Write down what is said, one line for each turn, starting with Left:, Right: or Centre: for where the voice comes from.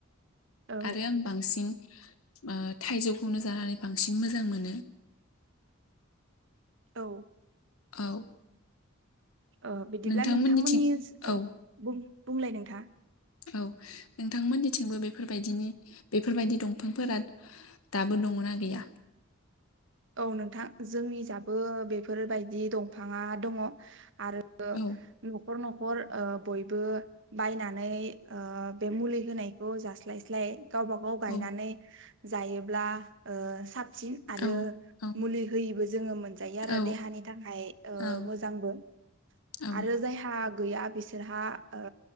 Right: औ
Left: आरो आं बांसिन ओ थाइजौखौनो जानानै बांसिन मोजां मोनो
Right: औ
Left: औ
Right: ओ बिदिब्ला
Left: नोंथांमोननिथिं
Right: नोंथांमोननि ओनसोलाव
Left: औ
Right: बुं बुंलाय नोंथां
Left: औ नोंथांमोननिथिंबो बेफोरबायदिनि बेफोरबायदि दंफांफोरा दाबो दङोना गैया
Right: औ नोंथां जोंनि जाबो बेफोरबायदि दंफाङा दङ आरो ओ
Left: औ
Right: न'खर न'खर ओ बयबो बायनानै बे मुलि होनायखौ जास्लायस्लाय गावबा गाव गायनानै
Left: औ
Right: जायोब्ला ओ साबसिन आरो
Left: औ औ
Right: मुलि होयिबो जोङो मोनजायो आरो
Left: औ
Right: देहानि थाखाय ओ
Left: औ
Right: मोजांबो
Left: औ
Right: आरो जायहा हा गैया बिसोरहा ओ